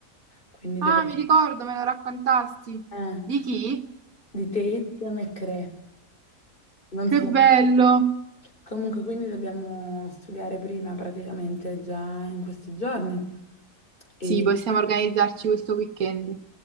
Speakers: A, on the left; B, on the right.
A: Quindi
B: Ah,
A: dovrei...
B: mi ricordo, me lo raccontasti.
A: Eh,
B: Di chi?
A: di Tate McRae. Non
B: Che
A: so se...
B: bello!
A: Comunque, quindi dobbiamo studiare prima praticamente già in questi giorni. E
B: Sì, possiamo organizzarci questo weekend.